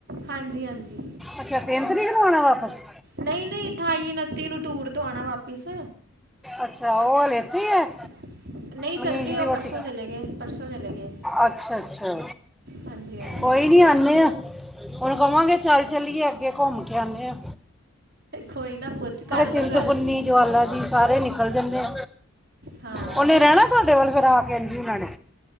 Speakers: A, on the right; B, in the centre.
A: ਹਾਂਜੀ ਹਾਂਜੀ।
B: ਅੱਛਾ ਤਿੰਨ ਤਰੀਕ ਨੂੰ ਆਉਣਾ ਵਾਪਿਸ।
A: ਨਹੀਂ ਨਹੀਂ ਠਾਈ ਨੱਤੀ ਨੂੰ ਟੂਰ ਤੋਂ ਆਉਣਾ ਵਾਪਿਸ।
B: ਅੱਛਾ ਉਹ ਹਾਲੇ ਏਤੀ ਹੈ।
A: <inaudible>
B: ਮਨੀਸ਼
A: ਗਏ ਉਹ
B: ਦੀ ਵਹੁਟੀ
A: ਪਰਸੋਂ ਚਲੇ ਗਏ ਪਰਸੋਂ ਚਲੇ ਗਏ
B: ਅੱਛਾ ਅੱਛਾ
A: ਹਾਂਜੀ ਹਾਂਜੀ
B: ਕੋਈ ਨੀ। ਨਹੀਂ ਆਉਂਦੇ ੳਹਨੂੰ ਕਵਾਂਗੇ ਚੱਲ ਚੱਲੀਏ ਅੱਗੇ ਘੁੰਮ ਕੇ ਆਉਂਦੇ ਆਂ।
A: ਕੋਈ ਨਾ ਪੁੱਛ ਕਰ ਲਿਓ
B: ਚਿੰਤਪੁਰਨੀ
A: ਗੱਲ।
B: ਜਵਾਲਾ ਜੀ ਸਾਰੇ ਨਿਕਲ ਜਾਂਦੇ
A: ਹਾਂ
B: ਉਹਨੇ ਰਹਿਣਾ। ਤੁਹਾਡੇ ਵੱਲ ਫੇਰ ਆ ਕੇ ਅੰਜੂ ਉਨਾਂ ਨੇ।